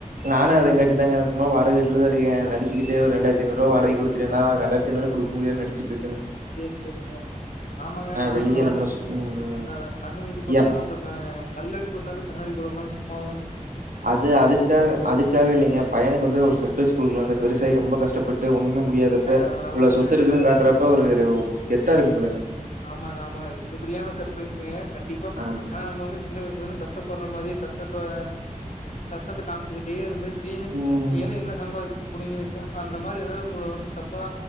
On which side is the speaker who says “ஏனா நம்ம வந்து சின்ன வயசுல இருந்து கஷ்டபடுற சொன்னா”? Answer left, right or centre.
Left